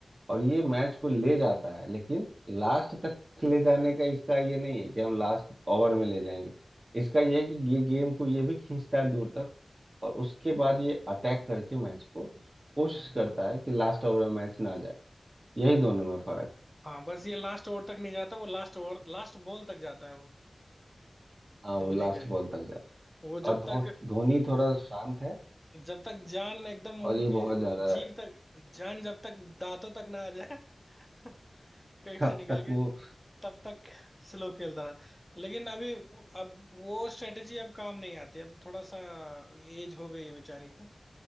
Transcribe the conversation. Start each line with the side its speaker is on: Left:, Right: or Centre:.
Right: और ये मैच को ले जाता है लेकिन लास्ट तक ले जाने का इसका ये नहीं है कि हम लास्ट ओवर में ले जाएंगे इसका ये है कि ये गेम को ये भी खींचता है दूर तक और उसके बाद ये अटैक करके मैच को कोशिश
Centre: हम्म।
Right: करता है कि लास्ट ओवर में मैच ना जाए यही दोनों में फर्क
Centre: हाँ बस ये लास्ट ओवर तक नहीं जाता वो लास्ट ओवर लास्ट बॉल तक जाता है वो
Right: है। हाँ वो
Centre: धोनी
Right: लास्ट
Centre: का
Right: बॉल तक जाता
Centre: वो जब
Right: है और धो,
Centre: तक
Right: धोनी थोड़ा शांत है
Centre: जब तक जान एकदम
Right: और
Centre: मुंह
Right: ये
Centre: की
Right: बहुत ज्यादा
Centre: जीव
Right: है।
Centre: तक जान जब तक दांतों तक ना आ जाए <laughs>
Right: <laughs>
Centre: पेट
Right: अब
Centre: से निकल
Right: तक
Centre: के,
Right: वो
Centre: तब तक स्लो खेलता रहा लेकिन अभी अब वो स्ट्रेटजी अब काम नहीं आती अब थोड़ा सा एज हो गई है बेचारे की